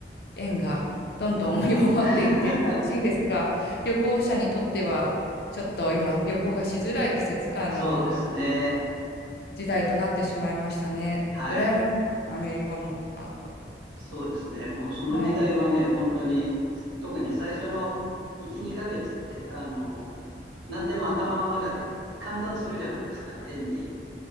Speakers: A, on the left; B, on the right.
A: 円がどんどん <laughs> 弱まっていって悲しいですが、
B: <laughs>
A: 旅行者にとってはちょっと今旅行がしづらい季節、あの
B: そうですね。
A: 時代となってしまいましたね。
B: はい。
A: 羨ましいです、アメリカも。あの、
B: そうですね。もうその時代はね、
A: はい。
B: 本当に、特に最初の1、2ヶ月って、あの、何でも頭の中で換算するじゃないですか。円に